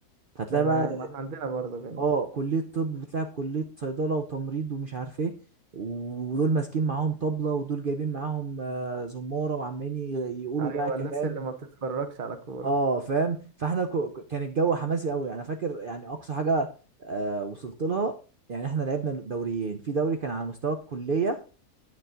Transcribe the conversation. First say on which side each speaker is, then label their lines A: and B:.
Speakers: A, on the right; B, on the right.
A: فتلاقي
B: تمام
A: بقى
B: ما احنا عندنا برضه كده
A: اه كلية طب بتلعب كلية صيدلة وتمريض ومش عارف ايه ودول ماسكين معاهم طبلة ودول جايبين معاهم آه، زمارة وعمالين ي- يقولوا
B: أيوة
A: بقى كلام
B: الناس اللي ما بتتفرجش على كورة
A: اه فاهم فاحنا ك- ك- كان الجو حماسي قوي يعني. انا فاكر يعني اقصى حاجة آه، وصلت لها يعني احنا لعبنا دوريين في دوري كان على مستوى الكلية